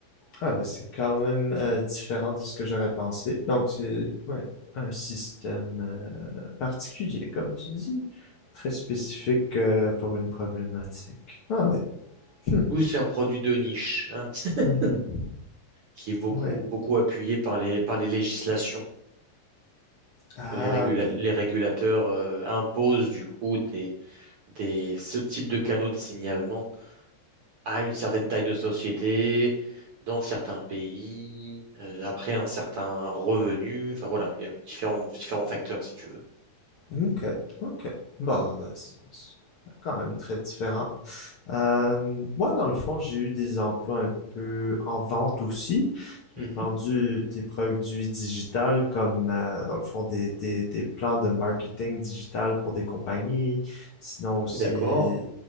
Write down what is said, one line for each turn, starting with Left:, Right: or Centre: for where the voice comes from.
Left: Ah, mais c'est quand même euh, différent de ce que j'aurais pensé. Donc, c'est ouais, un système euh, particulier, comme tu dis, très spécifique euh, pour une problématique. Ah oui. Hmm.
Right: Oui, c'est un produit de niche, hein, <laughs>
Left: Mhm.
Right: qui est beaucoup,
Left: Ouais.
Right: beaucoup appuyé par les, par les législations.
Left: Ah,
Right: Parce que les régula-
Left: ok.
Right: les régulateurs euh, imposent du coup des, des, ce type de canaux de signalement à une certaine taille de société, dans certains pays, euh, après un certain revenu. Enfin voilà, il y a différents, différents facteurs si tu veux.
Left: Ok. Ok. Bon, ben, c'est c'est quand même très différent. Euh, moi, dans le fond, j'ai eu des emplois un peu en vente aussi. J'ai
Right: Mhm.
Left: vendu des produits digitales comme, euh, dans le fond, des, des, des plans de marketing digital pour des compagnies, sinon aussi
Right: D'accord.